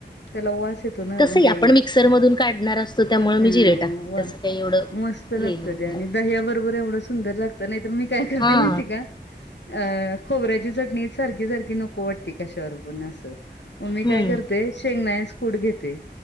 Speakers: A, on the left; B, on the left.
A: त्याला वास येतो ना
B: तसंही
A: म्हणजे
B: आपण मिक्सरमधून काढणार असतो त्यामुळे मी
A: अ
B: जिरे टाकते
A: वा
B: त्याचं काही एवढं
A: मस्त
B: हे
A: लागत
B: होत
A: त्या
B: नाही
A: आणि दह्या बरोबर एवढं सुंदर लागत नाहीतर मी काय करते
B: हा
A: माहिती का- अ खोबऱ्याची चटणी. सारखी सारखी नको वाटती कशावरबून असं. मग ममी काय
B: हम्म
A: करते शेंगनाय- घेते